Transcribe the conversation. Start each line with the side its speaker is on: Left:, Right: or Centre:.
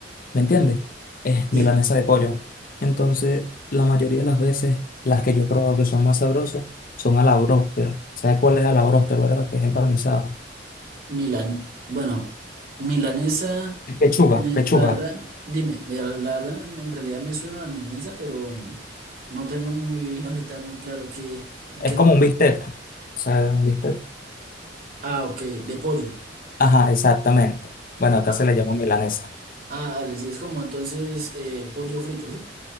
Left: ¿me entiendes? Es
Right: Sí.
Left: milanesa de pollo. Entonces, la mayoría de las veces, las que yo probo que son más sabrosas, son a la bróster. ¿Sabes cuál es a la bróster, verdad? Que es empanizada.
Right: Milan, bueno, milanesa,
Left: Es Pechuga,
Right: se me-
Left: pechuga.
Right: la verdad, dime, mira, la, la verdad en realidad me suena la milanesa, pero no tengo muy <laughs> ahorita muy claro que,
Left: Es
Right: que,
Left: como un bistec. ¿Sabes un bistec?
Right: ah, ok, de pollo.
Left: Ajá, exactamente. Bueno, acá
Right: Ah,
Left: se le llama milanesa.
Right: Ah, dale, sí, es como entonces eh, pollo frito, ¿sí?